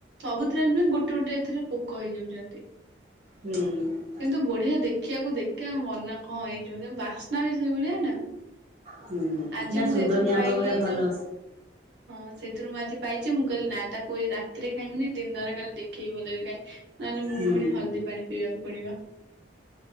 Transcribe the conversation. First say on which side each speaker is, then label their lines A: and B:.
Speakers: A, on the right; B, on the right.
A: ସବୁଥିରେ ନୁହେଁ ଗୋଟେ ଗୋଟେ ଏଥିରେ ପୋକ ହେଇଯାଉଚନ୍ତି।
B: ହୁଁ।
A: କିନ୍ତୁ ବଢିଆ ଦେଖିବାକୁ ଦେଖିବା ମନ କଣ ହେଇଯିବ ବାସ୍ନା ବି ସେ ଭଳିଆ ନା।
B: ହୁଁ
A: ଆଜି
B: ନା
A: ମୁଁ
B: ସୁନ୍ଦରୀ
A: ସେଇଥିରୁ
B: ଆମ୍ବ
A: ପାଇଲି
B: ଗୁରା
A: ଏଇ
B: ଭଲ।
A: ଯୋଉ ହଁ ସେଇଥିରୁ ମୁଁ ଆଜି ପାଇଛି ମୁଁ କହିଲି ନା ତାକୁ ଏଇ ରାତିରେ ଖାଇବିନି ଦିନରେ କାଲି ଦେଖିବି ଭଲରେ ଖାଇ ନହେଲେ ମୁଁ
B: ହୁଁ।
A: ପୁଣି ହଳଦୀ ପାଣି ପିଇବାକୁ ପଡିବ।